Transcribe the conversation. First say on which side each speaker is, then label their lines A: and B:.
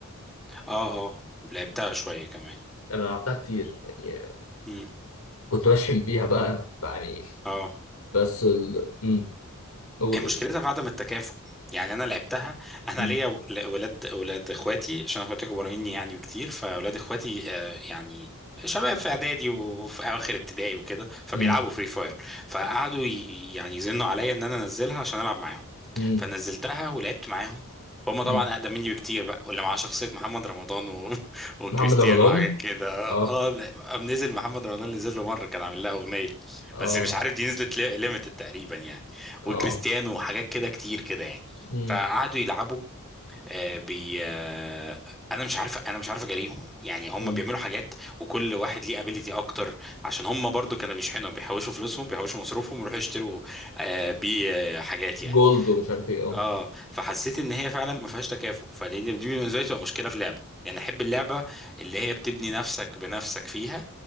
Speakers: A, in the centre; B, on the left (about 70°).
A: اه اه لعبتها شويه كمان
B: أنا لعبتها كتير يعني
A: مم،
B: كنت بشحن فيها بقى أنا يعني
A: اه
B: بس ال... مم. قول
A: هي مشكلتها
B: قول
A: في عدم التكافؤ يعني انا لعبتها انا
B: مم.
A: ليا و- ل- ولاد ولاد اخواتي عشان اخواتي اكبر مني يعني بكتير فولاد اخواتي آه، يعني شباب في اعدادي وفي اواخر ابتدائي وكده فبيلعبوا
B: مم.
A: فري فاير فقعدوا ي- يعني يزنوا عليا ان انا انزلها عشان العب معاهم
B: مم.
A: فنزلتها ولعبت معاهم هم
B: مم.
A: طبعا اقدم مني بكتير بقى واللي معاه شخصيه محمد رمضان و... <laughs> وكريستيانو
B: محمد رمضان
A: وحاجات كده
B: اه
A: اه آه، نزل محمد رمضان نزل له مره كان عامل لها اغنيه
B: اه
A: بس مش عارف دي نزلت ليميتد تقريبا يعني.
B: اه
A: وكريستيانو وحاجات كده كتير كده يعني
B: مم.
A: فقعدوا يلعبوا آه، بي آه، انا مش عارف انا مش عارف اجاريهم يعني هم
B: مم.
A: بيعملوا حاجات وكل واحد ليه ابيليتي اكتر عشان هم برضو كانوا بيشحنوا بيحوشوا فلوسهم بيحوشوا مصروفهم ويروحوا يشتروا آه، بيه آه، حاجات
B: جولد
A: يعني
B: ومش عارف ايه اه
A: اه فحسيت ان هي فعلا ما فيهاش تكافؤ فدي دي بالنسبه لي تبقى مشكله في اللعبه يعني احب اللعبه اللي هي بتبني نفسك بنفسك فيها